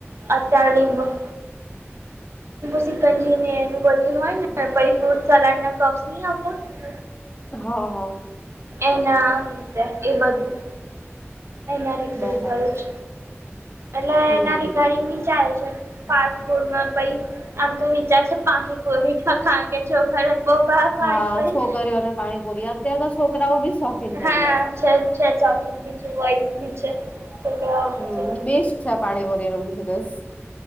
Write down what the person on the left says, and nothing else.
હા હા.
બરાબર
હમ
હમ
હા
છોકરીઓને પાણીપુરી અત્યાર તો છોકરાઓ બી શોખીન થઈ
ગયા
હમ
બેસ્ટ છે પાણીપુરી નો બિઝનેસ